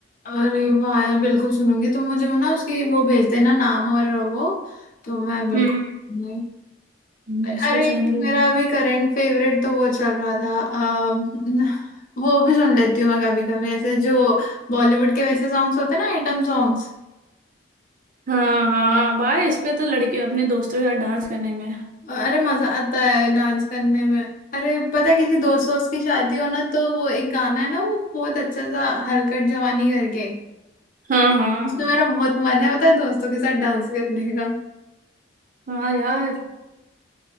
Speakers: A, on the left; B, on the right.
A: अरे वाह यार बिल्कुल सुनूंगी तुम मुझे वो ना उसकी वो भेज देना नाम और वो तो मैं बिल्कुल
B: हम्म
A: सुनूंगी।
B: हम्म,
A: अरे
B: उसके चैनल में
A: मेरा अभी करंट फेवरेट तो वो चल रहा था आ, वो भी सुन लेती हूँ मैं कभी कभी ऐसे जो बॉलीवुड के वैसे सॉन्ग्स होते हैं ना आइटम सॉन्ग्स
B: हाँ हाँ भाई इस पे तो लड़की अपने दोस्तों के साथ डांस करने में
A: अरे मजा आता है डांस करने में अरे पता है, किसी दोस्त दोस्त की शादी हो ना तो वो एक गाना है ना वो बहुत अच्छा सा हलकट जवानी करके
B: हाँ हाँ
A: उसमें मेरा बहुत मन है पता है दोस्तों के साथ डांस करने का
B: हाँ यार